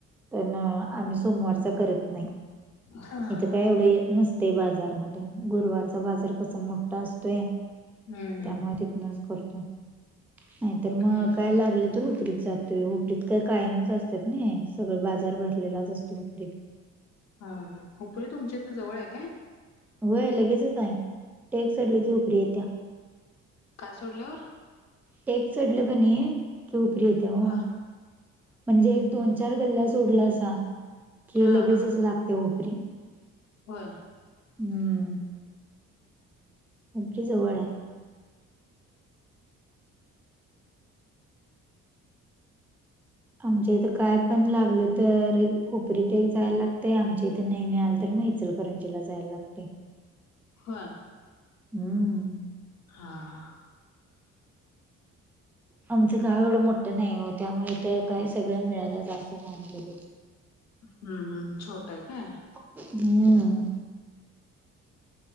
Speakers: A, in the centre; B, on the left.
A: पण आम्ही सोमवारचा करत नाही
B: हा
A: इथं काय एवढ येत नसत ते बाजार मध्ये गुरुवारचा बाजार कसा मोठा असतोय
B: हम्म
A: त्यामुळे तिथनच करतो नाही तर
B: हम्म
A: मग
B: हम्म
A: काय लागल तर उपरीत जातोय उपरीत काय कायमच असतात ना सगळं बाजार भरलेलाच असतो उपरीत
B: हा हुपरी तुमच्या इतन जवळ आहे काय
A: वय लगेचच आहे टेक सोडल की उपरी येतीया
B: काय सोडल्यावर
A: टेक चढल कनी उपरी येत्या ओ
B: भा
A: म्हणजे एक दोन चार गल्या सोडला असा की
B: हा
A: लगेच
B: हा
A: असं लागते हो उपरीे <unintelligible>
B: होय.
A: हम्म
B: <inaudible>
A: आम्हच्या जवळ नाही. आमच्या इथं काय पण लागल तर हुपरीथ जायला लागतंय आमच्या इथं नाही मिळाल तर मग चल -करंजीला जायला लागते.
B: हो ना.
A: हम्म.
B: हा हा
A: आमचं गाव एवढं मोठं नाही हो त्यामुळे इथं तर काय सगळं मिळालं जात नाही.
B: हम्म हम्म छोट आहे काय.
A: हम्म,